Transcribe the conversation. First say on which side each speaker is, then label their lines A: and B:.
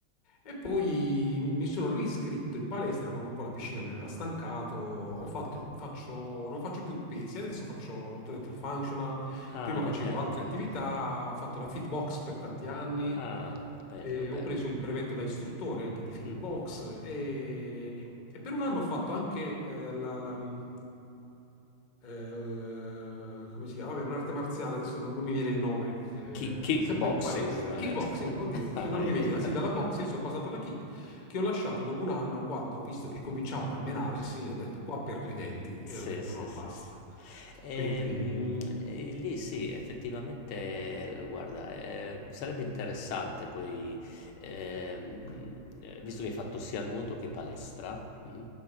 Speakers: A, on the left; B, on the left.
A: E poi mi sono riscritto in palestra quando un po' la piscina mi aveva stancato. Ho
B: ok.
A: fatto, faccio- non faccio più pesi, adesso faccio, ti ho detto, il functional.
B: Ah,
A: Prima facevo
B: ok,
A: altre
B: ok,
A: attività,
B: ok.
A: ho fatto la fitbox per tanti anni,
B: Ah, bello,
A: e
B: bello.
A: ho preso il brevetto da istruttore anche di Fitbox
B: Mm.
A: e, e per un anno ho fatto anche eh, la, la, mh, eh, come si chiama? Vabbè, un'arte marziale, adesso non, non mi viene il nome, eh,
B: Kick- kickboxing
A: sempre in palestra.
B: magari.
A: Kickboxing, oddio,
B: <laughs>
A: se non
B: Vedi?
A: mi veniva, sì, dalla boxing
B: <laughs>
A: sono passato alla kick, che ho lasciato dopo un anno quando ho visto che cominciavano a menarsi, ho detto qua perdo i denti e
B: Sì,
A: ho detto
B: sì,
A: no,
B: sì,
A: basta.
B: sì. Ehm,
A: Quindi...
B: e lì sì, effettivamente, guarda, eh, sarebbe interessante poi, ehm, eh, visto che hai fatto sia nuoto che palestra, mm,